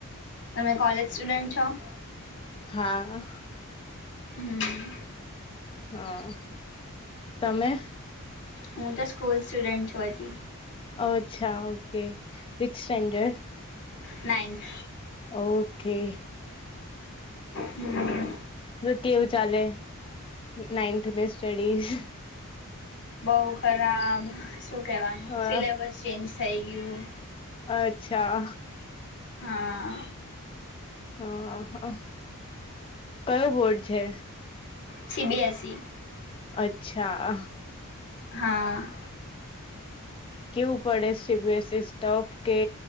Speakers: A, on the left; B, on the left.
A: તમે કોલેજ સ્ટુડન્ટ છો-
B: હા
A: હમ-
B: હા તમે-
A: હું તો સ્કૂલ સ્ટુડેન્ટ છું હતી?
B: ઓ અચ્છા okay which standard-
A: ninth
B: okay
A: હમ
B: તો કેવું ચાલે નાઈન્થની સ્ટડીઝ-
A: બઉ ખરાબ શું - કવાનું
B: અ
A: સિલેબસ ચેન્જ થઈ ગયું.
B: અચ્છા
A: હા
B: હા કયો બોટ છે.
A: C B. S. E. C -
B: અચ્છા-
A: હા-
B: કેવું પડે છેીસ સોપ કે